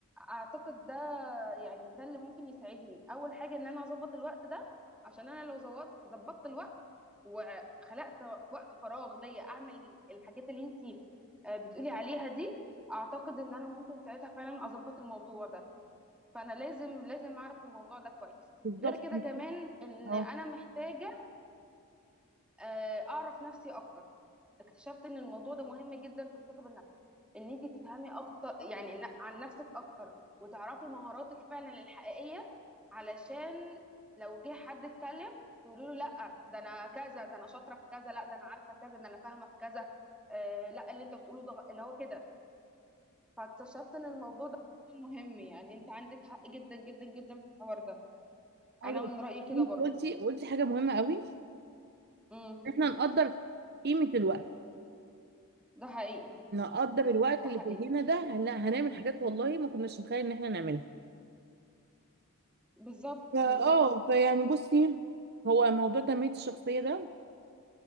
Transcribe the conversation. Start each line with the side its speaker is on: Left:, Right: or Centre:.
Centre: اعتقد ده يعني ده اللي ممكن يساعدني اول حاجه ان انا اظبط الوقت ده عشان انا لو ظبطت ظبطت الوقت وخلقت وقت فراغ ليا اعمل الحاجات اللي انتي آه، بتقولي عليها دي اعتقد ان انا ممكن ساعتها فعلا اظبط الموضوع ده فانا لازم لازم اعرف الموضوع ده كويس
Right: بالظبط
Centre: غير كده كمان ان
Right: اه
Centre: انا محتاجه آه، اعرف نفسي اكتر اكتشفت ان الموضوع ده مهم جدا في الثقه بالنفس ان انت تفهمي اكتر يعني ن- عن نفسك اكتر وتعرفي مهاراتك فعلا الحقيقيه علشان لو جه حد اتكلم تقولي له لا ده انا كذا ده انا شاطره في كذا لا ده انا عارفه كذا ده انا فاهمه في كذا آه لا اللي انت بتقوله ده غ- اللي هو كده فاكتشفت ان الموضوع ده مهم يعني انت عندك حق جدا جدا جدا في الحوار ده
Right: ايوه
Centre: انا من رايي كده
Right: انت
Centre: برضو
Right: قلتي قلتي حاجه مهمه قوي
Centre: امم
Right: احنا نقدر قيمه الوقت
Centre: ده حقيقي
Right: نقدر الوقت
Centre: ده
Right: اللي
Centre: حقيقي
Right: في ايدينا ده هن... هنعمل حاجات والله ما كناش نتخيل ان احنا نعملها
Centre: بالظبط
Right: فا
Centre: بالظبط
Right: اه فيعني بصي هو موضوع تنميه الشخصيه ده